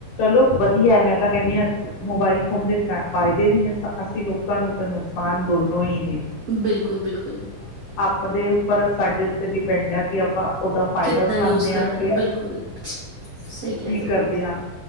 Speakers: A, on the left; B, on the right.
A: ਚਲੋ ਵਧੀਆ ਹੈ ਮੈਂ ਤਾਂ, ਕਹਿੰਦੀ ਹਾਂ ਮੋਬਾਇਲ ਫੋਨ ਦੇ ਫ ਫਾਇਦੇ ਵੀ ਨੇ ਅਸੀਂ ਲੋਕਾਂ ਨੂੰ, ਤਾਂ ਨੁਕਸਾਨ ਦੋਨੋਂ ਹੀ ਨੇ
B: ਬਿਲਕੁਲ। ਬਿਲਕੁਲ।
A: ਆਪ ਦੇ ਉੱਪਰ, ਸਾਡੇ ਉੱਤੇ ਡਿਪੈਂਡ ਹੈ। ਕਿ, ਉਹਦਾ ਫਾਇਦਾ
B: ਕਿੱਦਾਂ
A: ਉਠਾਉਂਨੇ
B: ਯੂਜ ਕਰ
A: ਆ
B: ਰਹੇ
A: ਕਿ,
B: ਬਿਲਕੁਲ, ਸਹੀ ਕਹਿ
A: ਕੀ
B: ਰਹੇ ਹੋ,
A: ਕਰਦੇ ਹਾਂ।